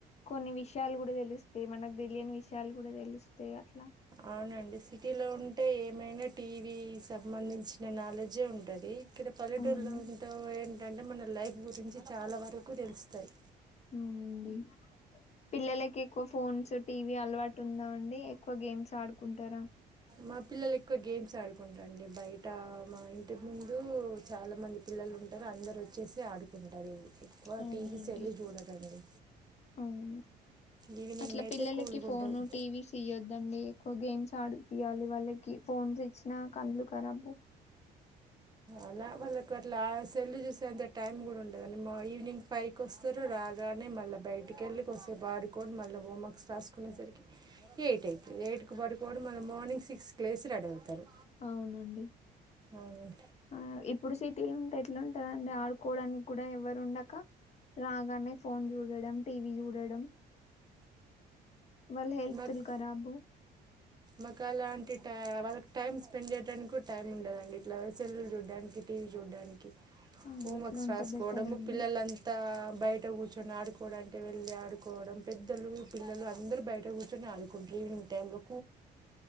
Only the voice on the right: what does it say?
అవునండి సిటీలో ఉంటే ఏమైనా టీవీ సంబంధించిన నాలెడ్జే ఉంటది ఇడ పల్లెటూరులో
ఉంటావు ఏం ఏంటంటే మన లైఫ్ గురించి చాలా వరకు తెలుస్తాయి
మా పిల్లలు ఎక్కువ గేమ్స్ ఆడుకుంటారండి, బయట మా ఇంటి ముందు చాలా మంది పిల్లలు ఉంటారు అందరు వచ్చేసి ఆడుకుంటారు ఎక్కువ
టీవీస్
వెళ్ళి చూడరండి
ఈవినింగ్
అయితే
కూల్గా
ఉంటుంది
అలా వాళ్ళకు అట్లా సెల్లు చూసేంత టైమ్ కూడా ఉండదండి, మా ఈవినింగ్ ఫైవ్ కి వస్తారు రాగానే మళ్ళీ బయటికెళ్ళి కాసేపు ఆడుకొని మళ్ళీ హోమర్క్ రాసుకునేరికి ఎయిట్ అయిద్ది ఏడు పక్కబడి పొవుడు మల్ల మార్నింగ్ సిక్స్ కి లేసి రెడీ అవుతారు
అవునాన్
మాకు
మాకు అలాంటి టై వాళ్ళకి టైం స్పెండ్ చేయడానికి కూడా టైం ఉండదండి ఇట్లా సెల్లులు చూడ్డానికి టీవీ చూడ్డానికి
హోమ్
వర్క్స్
రాసుకోవడము
పిల్లలంతా బయట కూర్చొని ఆడుకోవడం అంటే వెళ్ళి ఆడుకోవడం పెద్దలు పిల్లలు అందరు బయట కూర్చొని ఆడు గుడ్ ఈవినింగ్ టైమ్ లో